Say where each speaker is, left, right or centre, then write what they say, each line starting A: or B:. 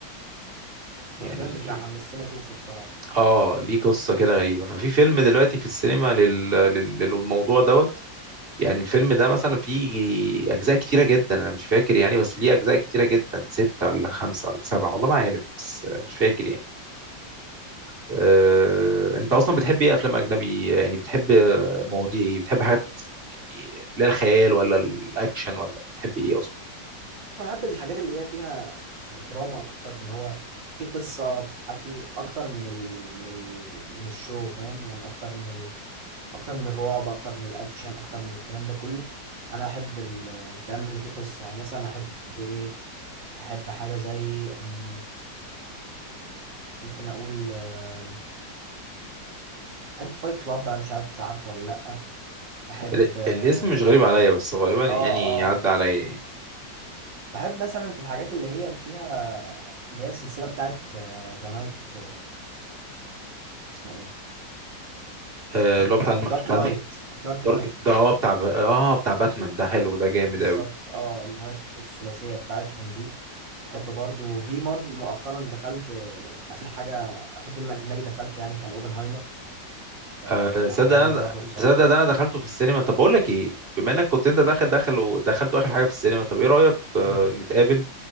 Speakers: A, on the right; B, on the right.
A: يعني
B: طب جامد ده حمستني أشوفه بصراحة
A: اه ليه قصه كده غريبه ففي فيلم دلوقتي في السينما لل... لل... للموضوع دوت يعني الفيلم ده مثلا فيه اجزاء كتيره جدا انا مش فاكر يعني بس ليه اجزاء كتيره جدا سته ولا خمسه ولا سبعه والله ما عارف بس مش فاكر يعني آه، انت اصلا بتحب ايه افلام اجنبي يعني بتحب مواضيع ايه بتحب حاجات يعني لا الخيال ولا الاكشن ولا بتحب ايه اصلا
B: انا بحب الحاجات اللي هي فيها يعني دراما اكتر اللي هو في قصه بتتحكي اكتر من ال من ال من الشو فاهم يعني اكتر من ال اكتر من الرعب اكتر من الاكشن اكتر من الكلام ده كله انا احب ال- الكلام اللي فيه قصه يعني مثلا احب ايه احب حاجه زي مم، ممكن اقول آم، بحب فايت كلاب بقى مش عارف انت عارفه ولا لا بحب
A: ال-
B: اه
A: الاسم مش غريب عليا بس غالبا يعني
B: اه
A: عدى عليا
B: بحب مثلا في الحاجات اللي هي اللي فيها اللي هي السلسله بتاعت ذا نايت اسمه ايه
A: آه،
B: اللي
A: اللي
B: هو
A: هو بتاع الم...
B: دارك
A: بتاع
B: نايت دارك
A: دارك
B: نايت
A: ده اه بتاع ب... اه بتاع باتمان ده حلو ده جامد
B: بالظبط
A: قوي
B: اه اللي هو الثلاثية بتاعتهم دي بحب برضو في برضو مؤخرا دخلت آه، آخر حاجة آخر فيلم أجنبي دخلته يعني كان أوبنهايمر آه
A: آه صدق
B: عجبني
A: انا
B: برضو بصراحة
A: صدق ده انا دخلته في السينما طب بقول لك ايه بما انك كنت انت داخل داخل ودخلته اخر حاجه في السينما طب ايه رايك آه
B: مم.
A: نتقابل